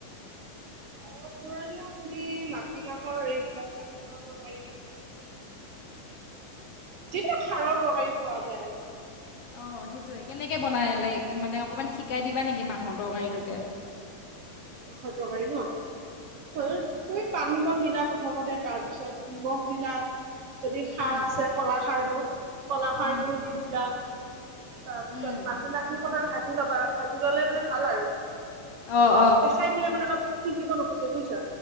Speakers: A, on the right (about 90°); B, on the left (about 85°).
A: খাৰৰ তুমি মাটিমাহৰ এইবিলাক মাটিমাহৰ তৰকাৰী যিবিলাক খাৰৰ তৰকাৰি খোৱা যায় আৰু
B: অ সেইটোৱে কেনেকে বনাই লাই মানে অকণমান শিকাই দিবা নেকি মাহঁৰ তৰকাৰীটোকে
A: মাহৰ তৰকাৰী ন ফাৰ্ষ্ট তুমি পানীকণ দিলা প্ৰথমতে তাৰ পিছত নিমখ দিলা যদি খাৰ
B: উম
A: আছে কলাখাৰটো কলাখাৰটো
B: উম
A: দি দিলা তাৰপিছত
B: উম
A: মাটিমাহখিনি প্ৰথমে ভাজি ল'বা ভাজি ললে মানে ভাল আৰু
B: অঁ অঁ
A: কেঁচাই দিলে মানে অলপ সিজিব নোখোজে বুইছা